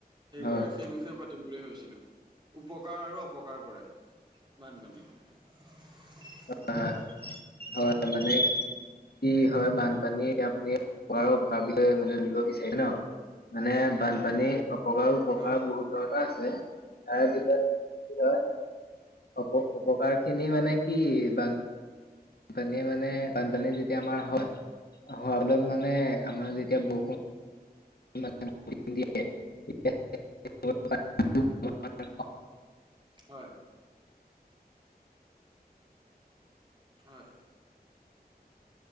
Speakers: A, on the right (about 30°); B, on the left (about 70°).
A: সেই
B: হয়
A: কৰে সেই বিষয়ে পাতিম বুলি ভাবছো। উপকাৰ আৰু অপকাৰ কৰে বানপানীয়ে। <unintelligible>
B: হয় হয় মানে। কি হয় বানপানী আপুনি ৱাৰ উপকাৰ বিষয়ে মানে নিব বিচাৰে ন। মানে বানপানী অপকাৰ উপকাৰ
A: হয়
B: বহুত ধৰণৰ আছে তাৰে ভিতৰত অপ। অপকাৰ খিনি মানে কি বান। বানপানীয়ে মানে বানপানী যেতিয়া আমাৰ হয় হোৱাৰ বলত মানে আমাৰ যেতিয়া বৰষুণ। <unintelligible>
A: হয়। হয়।